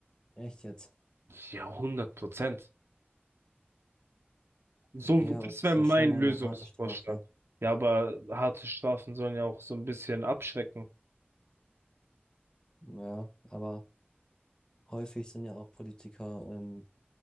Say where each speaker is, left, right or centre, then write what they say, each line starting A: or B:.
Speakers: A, on the left; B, on the right.
A: Echt jetzt?
B: Ja, hundert Prozent. So,
A: Okay,
B: das
A: aber das
B: wäre
A: ist
B: mein
A: ja schon eine
B: Lösungsvorschlag.
A: harte Strafe.
B: Ja, aber harte Strafen sollen ja auch so ein bisschen abschrecken.
A: Ja, aber häufig sind ja auch Politiker ähm,